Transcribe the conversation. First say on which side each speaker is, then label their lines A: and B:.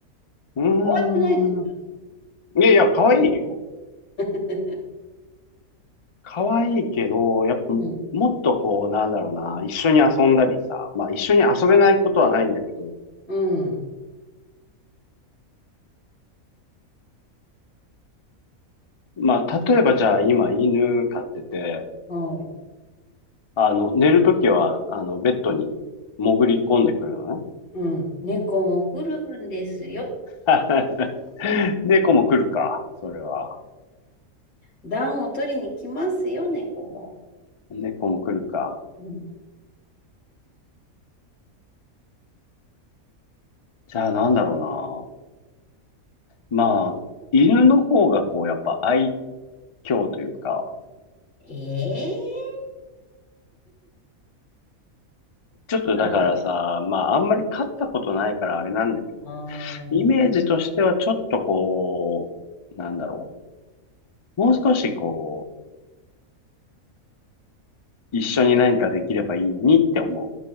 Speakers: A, on the left; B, on the left.
A: うーん。
B: 可愛くないです
A: いやいや、可愛いよ。
B: <laughs>
A: 可愛いけど、やっぱ、
B: うん、
A: もっとこう、なんだろうな、一緒に遊んだりさ、まあ一緒に遊べないことはないんだけど、
B: うん、
A: まあ例えばじゃあ今犬飼ってて、
B: はい。
A: あの、寝るときは、あの、ベッドに潜り込んでくるのね。
B: うん。猫も来るんですよ。
A: <laughs> で、子も来るか、それは。
B: 暖を取りに来ますよ、猫も。
A: 猫も来るか。
B: うん、
A: じゃあなんだろうな。まあ、犬の方がこう、やっぱ愛嬌というか、
B: ええ
A: ちょっとだからさ、
B: ま
A: まああんまり飼ったことないからあれなんだけど、
B: あ、あー
A: イメージとしてはちょっとこう、なんだろう。もう少しこう、一緒に何かできればいいのにって思